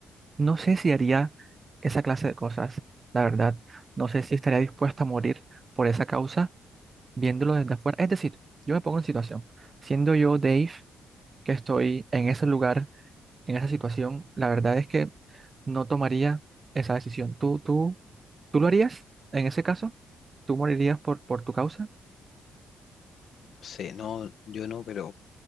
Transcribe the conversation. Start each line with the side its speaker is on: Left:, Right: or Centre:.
Right: no sé si haría esa clase de cosas, la verdad, no sé si estaría dispuesta a morir por esa causa viéndolo desde afuera. Es decir, yo me pongo en situación, siendo yo Dave. que estoy en ese lugar, en esa situación, la verdad es que no tomaría esa decisión. ¿Tú, tú, tú lo harías en ese caso? ¿Tú morirías por, por tu causa?
Left: No sé, no, yo no, pero